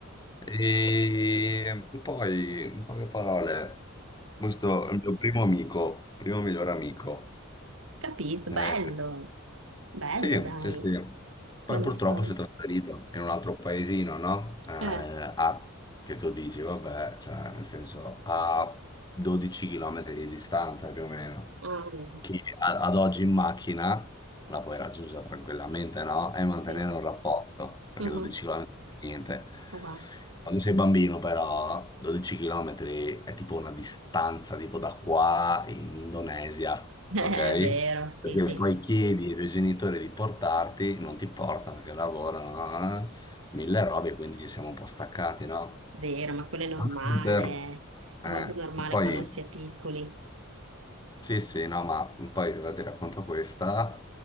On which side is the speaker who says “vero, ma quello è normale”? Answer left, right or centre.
Right